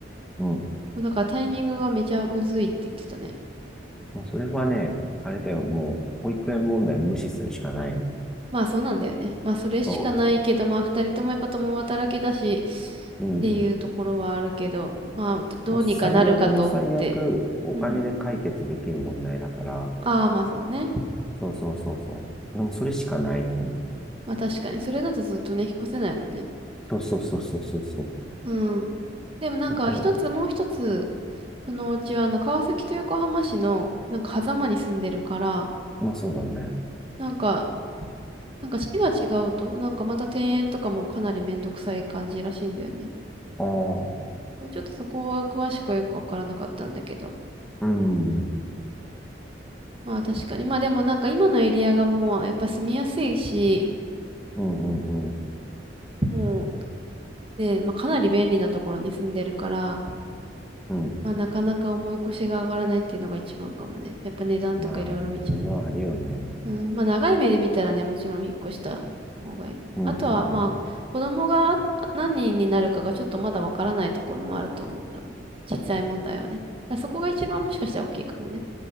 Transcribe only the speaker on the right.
だからタイミングがめちゃむずいって言ってたね。
まあそうなんだよね。まあそれしかないけど、
まあ二人ともやっぱ共働きだし
っていうところはあるけど、まあど、どうにかなるかと思って。
うんうん。ああまあそうね。
まあ確かにそれだとずっとね、引っ越せないもんね。
うん。でもなんか一つもう一つ、
そのうちはあの川崎と横浜市のなんか狭間に住んでるから、
なんか、なんか市が違うと、なんかまた転園とかもかなりめんどくさい感じらしいんだよね。
ちょっとそこは詳しくはよくわからなかったんだけど。
まあ確かに。まあでもなんか今のエリアがもうやっぱ住みやすいし、
もうね、まあかなり便利なところに住んでるから、
まあなかなか重い腰が上がらないっていうのが一番かもね。やっぱ値段とかいろいろ見ちゃ
う。うん、まあ長い目で見たらね、もちろん引っ越した方がいいと思う。
あとはまあ子供が何人になるかがちょっとまだわからないところもあると思う。多分。小さい問題はね。だからそこが一番もしかしたら大きいかもね。